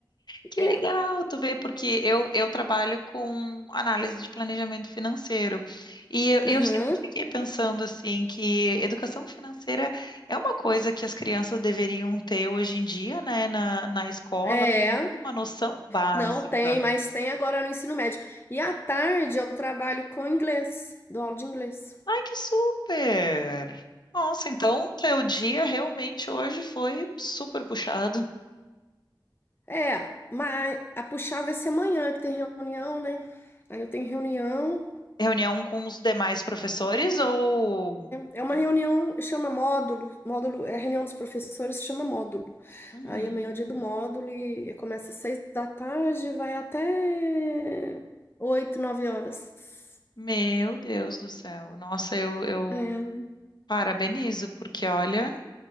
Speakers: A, on the left; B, on the left.
A: Que
B: É.
A: legal, tu vê, porque eu, eu trabalho com análise de planejamento financeiro. E eu, eu
B: Aham.
A: sempre fiquei pensando assim que educação financeira é uma coisa que as crianças deveriam ter hoje em dia, né, na, na escola,
B: É.
A: pelo menos uma noção básica.
B: Não tem, mas tem agora no ensino médio. E à tarde eu trabalho com inglês, dou aula de inglês.
A: Ai, que super! Nossa, então teu dia realmente hoje foi super puxado.
B: É, mas a puxada vai ser amanhã, que tem reunião, né? Aí eu tenho reunião.
A: Reunião com os demais professores ou.
B: É uma
A: Ah,
B: reunião, chama módulo, módulo, é a reunião dos professores, chama módulo.
A: uhum.
B: Aí amanhã é o dia do módulo e começa às seis da tarde, vai até oito, nove horas.
A: Meu Deus do céu. Nossa, eu, eu
B: É,
A: parabenizo, porque olha,